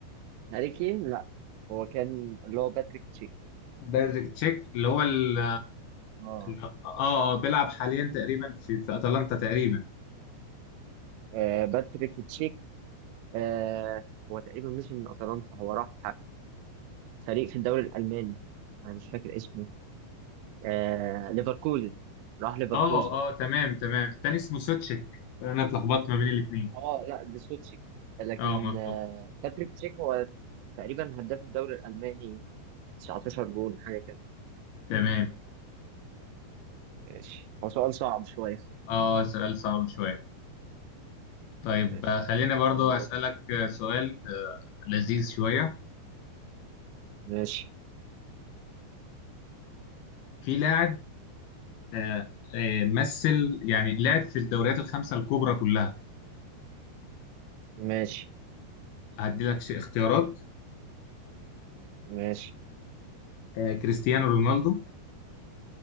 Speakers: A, on the right; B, on the left.
A: هاري كين لا هو كان اللي هو باتريك تشيك
B: بايرد تشيك اللي هو ال-
A: اه
B: ال- اه اه بيلعب حاليا تقريبا في في اتلانتا تقريبا
A: آه، باتريك تشيك آه هو تقريبا مشي من اتلانتا هو راح فريق في الدوري الألماني أنا مش فاكر اسمه آه ليفركوزن راح ليفركوزن
B: اه اه تمام تمام التاني اسمه سوتشيك انا اتلخبطت ما بين الاثنين
A: اه لا دي سوتشيك لكن
B: اه مظبوط
A: آه باتريك تشيك هو تقريبا هداف الدوري الألماني 19 جول حاجة كده
B: تمام
A: ماشي هو سؤال صعب شوية
B: اه سؤال صعب شويه طيب
A: ماشي
B: آه، خليني برضو
A: دورك.
B: اسالك آه، سؤال آه، لذيذ شويه
A: ماشي
B: في لاعب آه، آه، مثل يعني لعب في الدوريات الخمسه الكبرى كلها
A: ماشي
B: هدي لك ش- اختيارات
A: ماشي
B: آه، كريستيانو رونالدو